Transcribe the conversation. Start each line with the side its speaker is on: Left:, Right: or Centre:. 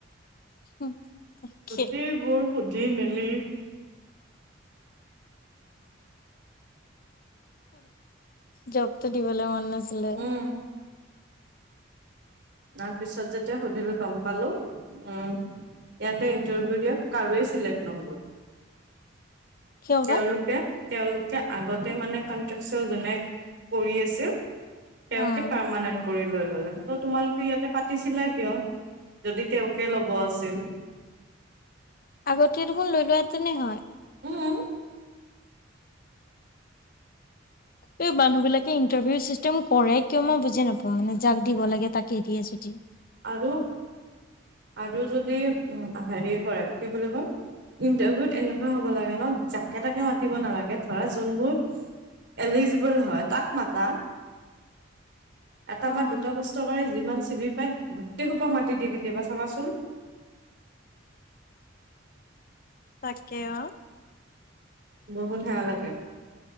Left: উম, কি-
Right: গোটেইবোৰ সুধি মেলি-
Left: জবটো দিবলৈ মন নাছিলে।
Right: উম তাৰ পিছত যেতিয়া সুধিলোঁ গম পালো উম, - ইয়াতে ইণ্টাৰভিউ দিয়া কাৰোৱেই চিলেক্ট নহ'ল।
Left: কিয়
Right: তেওঁলোকে-তেওঁলোকে
Left: বা
Right: আগতে মানে কন্ট্ৰেকচোৱেল যোনে কৰি আছিল- তেওঁকে
Left: অ'।
Right: পাৰ্মানেণ্ট কৰি লৈ ল'লে ত তোমালোকে ইয়াতে পাতিছিলা কিয় যদি তেওঁকে লব আছিল।
Left: আগতে দেখোন লৈ লোৱা হেতেনে হয়।
Right: উম
Left: এই মানুহবিলাকে ইণ্টাৰভিউ চিষ্টেম কৰে কিয় মই বুজি নাপাওঁ মানে যাক দিব লাগে তাকে দিয়ে যদি
Right: আৰু আৰু যদি উম হেৰি কৰে কি বুলি কয় ইণ্টাৰভিউত এনেকুৱা হ'ব লাগে ন যাকে তাকে মাতি নালাগে ধৰা যোনবোৰ এলিজিবল হয় তাক মাতা এটা
Left: উম,
Right: বা দুটা পোস্তুৰ কাৰণে যিমান চি ভি পায় গোটেই সোপা মাতি দিয়ে কেতিয়াবা চাবাচোন।
Left: তাকে অ
Right: বহুত সেয়া লাগে।